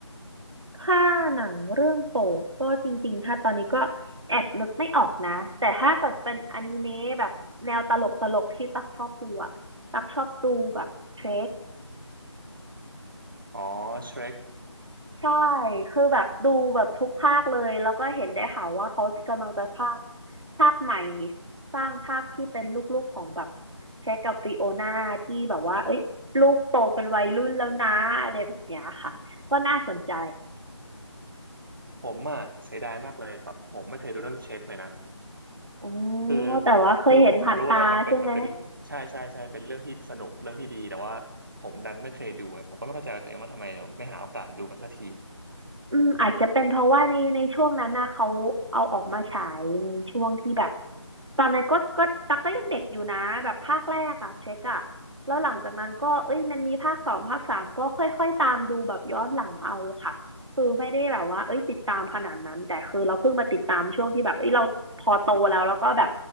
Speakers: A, on the right; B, on the right.
A: ถ้าหนังเรื่องโปรดก็จริงๆถ้าตอนนี้ก็แอบนึกไม่ออกนะแต่ถ้าเกิดเป็นอนิเมะแบบแนวตลกตลกที่ตักชอบดูอะตักชอบดูแบบเทร
B: อ๋อเชร e ก
A: ใช่ คือแบบดูแบบทุกภาคเลย แล้วก็เห็นได้ข่าวว่าเขากำลังจะสร้างภาคใหม่สร้างภาคที่เป็นลูกๆของแบบเช็คกับฟิโอนาที่แบบว่าเอ้ยลูกโตเป็นวัยรุ่นแล้วนะอะไรแบบเนี้ยค่ะก็น่าสนใจ
B: ผมอ่ะเสียดายมากเลยแบบผมไม่เคยดูเรื่องเชร e กเลยนะ
A: อ๋อ
B: คือ
A: แต่ว่าเคยเห็นผ่านตาใช่ไหม
B: คือผมก็รู้ว่ามันเป็นมันเป็นใช่ใช่ใช่เป็นเรื่องที่สนุกเรื่องที่ดีแต่ว่าผมดันไม่เคยดูไงผมก็ไม่เข้าใจตัวเองว่าทำไมเราไม่หาโอกาสดูมันสักที
A: อืมอาจจะเป็นเพราะว่าในในช่วงนั้นนะเขาเอาออกมาฉายในช่วงที่แบบตอนนั้นก็ก็ตักก็ยังเด็กอยู่นะแบบภาคแรกอะเช็คอะแล้วหลังจากนั้นก็เอ้ยมันมีภาคสองภาคสามก็ค่อยๆตามดูแบบย้อนหลังเอาค่ะคือไม่ได้แบบว่าเอ้ยติดตามขนาดนั้นแต่คือเราเพิ่งมาติดตามช่วงที่แบบเอ้ยเราพอโตแล้วแล้วก็แบบ